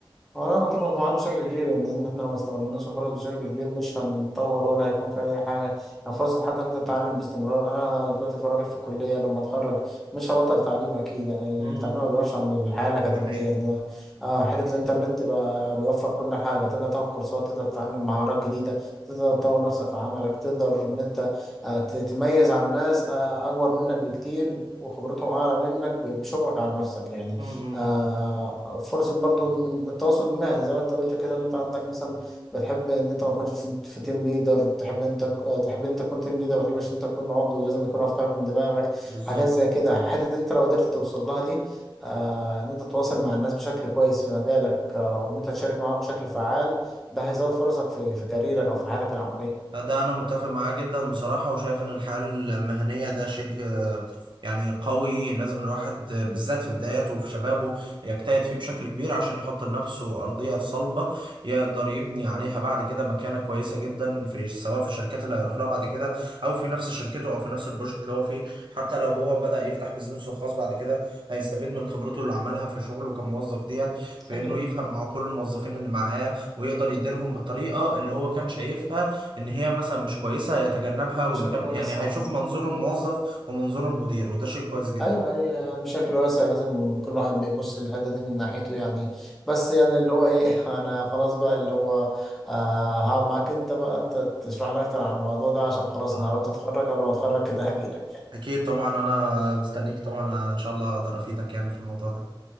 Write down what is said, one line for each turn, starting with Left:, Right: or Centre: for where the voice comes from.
Centre: هو أنا متفق معاك بشكل كبير إن إحنا لو ما استغلناش الفرص بشكل كبير مش هنتطور ولا هيكون في أي حاجة، يعني فرصة حتى إن أنت تتعلم باستمرار، أنا دلوقتي في راجل في الكلية لما أتخرج مش هبطل تعليم أكيد يعني
Right: امم
Centre: التعليم ما بيقفش عند الحياة الأكاديمية
Right: ده حقيقة
Centre: إن أنا- آه حتة الإنترنت بقى بيوفر كل حاجة، تقدر تاخد كورسات، تقدر تتعلم مهارات جديدة، تقدر تطور نفسك في عملك، تقدر إن أنت آه، تتميز عن ناس آه، أكبر منك بكتير وخبرتهم أعلى منك ب- بشغلك على نفسك يعني.
Right: امم
Centre: آه، فرصة برضو التواصل المهني زي ما انت قلت كده ان انت عندك مثلا بتحب ان انت ما تكونش في في تيم ليدر تحب ان انت آه، تحب ان انت تكون تيم ليدر ما تحبش ان انت تكون عضو لازم يكون افكارك من دماغك
Right: بالظبط
Centre: حاجات زي كده حتة ان انت لو قدرت توصل لها دي آه، ان انت تتواصل مع الناس بشكل كويس في مجالك آه، وان انت تشارك معاهم بشكل فعال ده هيزود فرصك في في كاريرك او في حياتك العملية
Right: ده أنا متفق معاه جدا بصراحة وشايف إن الحياة المهنية ده شيء آه، يعني قوي لازم الواحد آه، بالذات في بداياته وفي شبابه يجتهد فيه بشكل كبير عشان يحط لنفسه أرضية صلبة يقدر يبني عليها بعد كده مكانة كويسة جدا في سواء في الشركات اللي هيروح لها بعد كده أو في نفس شركته أو في نفس البروجكت اللي هو فيه حتى لو هو بدأ يفتح بزنسه الخاص بعد كده هيستفيد من خبرته اللي عملها في شغله كموظف ديت
Centre: بشكل
Right: في إنه يفهم مع كل الموظفين اللي معاه ويقدر يديرهم بالطريقة اللي هو كان شايفها ان هي مثلا مش كويسه هيتجنبها واللي
Centre: بشكل
Right: كان
Centre: واسع
Right: يعني هيشوف
Centre: آه.
Right: منظور الموظف ومنظور المدير وده شيء كويس جدا
Centre: ايوه هي يعني بشكل واسع لازم كل واحد بيبص للحته دي من ناحيته يعني بس يعني اللي هو ايه <laughs> انا خلاص بقى اللي هو آه هقعد معاك انت بقى انت تشرح لي اكتر عن الموضوع ده عشان خلاص
Right: آه،
Centre: انا قربت اتخرج قبل ما اتخرج كده هجيلك
Right: اكيد طبعا انا مستنيك طبعا ان شاء الله اقدر افيدك يعني في الموضوع ده